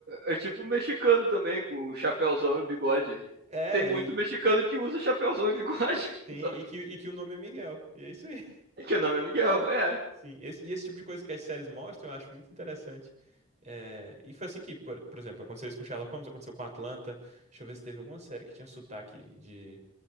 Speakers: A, on the right (about 50°); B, on the right (about 35°).
A: é, é tipo mexicano também, com o chapéuzão e o bigode.
B: é,
A: Tem muito
B: e
A: mexicano que usa chapéuzão e bigode,
B: sim,
A: <laughs> sabe?
B: e que, e que o nome é Miguel. E é isso aí.
A: Que o nome é Miguel, é.
B: Sim, esse- e esse tipo de coisa que as séries mostram, eu acho muito interessante. É, e foi assim que, por, por exemplo, aconteceu isso com Sherlock Holmes, aconteceu com Atlanta. Deixa eu ver se teve alguma série que tinha sotaque de,